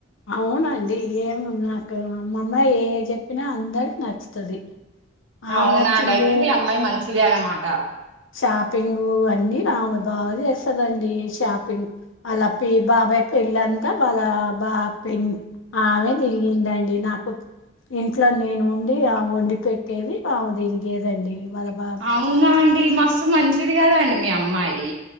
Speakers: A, on the left; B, on the right.
A: అవునండి ఏమీ నాకు మా అమ్మాయి ఏది చెప్పినా అందరికి నచ్చుతది ఆమె
B: అవునా
A: నచ్చిందే
B: అండి అయితే మీ అమ్మాయి మంచి దే అన్నమాట
A: షాపింగ్ అన్ని ఆమె బా చేస్తదండి షాపింగ్ అలా పి బాబా పెళ్ళంతా వాళ్ళ బా పె ఆమె తిరిగిందండి నాకు ఇంట్లో నేను ఉండి ఆమె వండి పెట్టేది ఆమె తిరిగేదండి వాళ్ళ బా
B: అవునా అండి ఈ మస్తుసు మంచిది కద అండి మీ అమ్మాయి